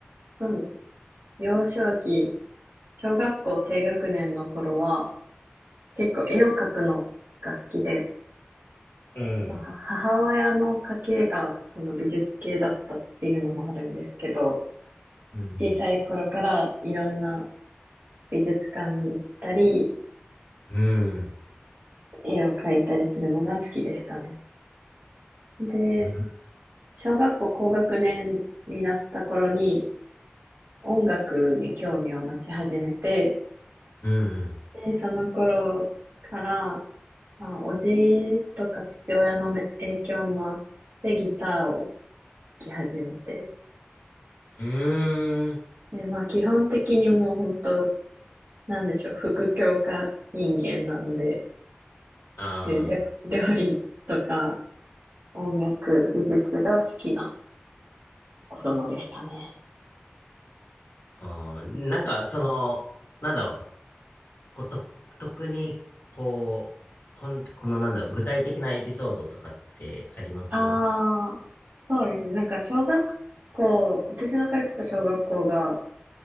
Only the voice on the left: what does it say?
うん。
うん。
うん。
うん。
うん。
うん。
あ
あああなんか、その、なんだろう。こと、特に、こう、こん、このなんだろう。具体的なエピソードとかってあります